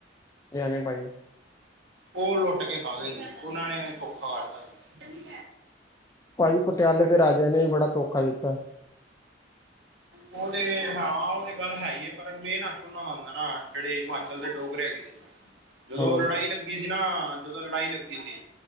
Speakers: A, on the left; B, on the right.
A: <unintelligible>
B: ਉਹ ਲੁੱਟ ਕੇ ਖਾ ਗਏ ਸੀ, ਉਹਨਾਂ ਨੇ ਧੋਖਾ ਕਰਤਾ ਸੀ।
A: ਭਾਜੀ, ਪਟਿਆਲੇ ਦੇ ਰਾਜਿਆਂ ਨੇ ਵੀ ਬੜਾ ਧੋਖਾ ਦਿੱਤਾ।
B: ਉਹ ਤੇ ਹਾਂ, ਉਹ ਤੇ ਗੱਲ ਹੈਗੀ ਹੈ, ਪਰ ਮੇਨ ਹੱਥ ਉਹਨਾ ਦਾ ਆਉਂਦਾ ਨਾ, ਜਿਹੜੇ ਹਿਮਾਚਲ ਦੇ ਡੋਗਰੇ ਹੈਗੇ।
A: <unintelligible>
B: ਸੀ। ਜਦੋਂ
A: ਹੂੰ
B: ਲੜਾਈ ਲੱਗੀ ਸੀ ਨਾ ਜਦੋਂ ਲੜਾਈ ਲੱਗੀ ਸੀ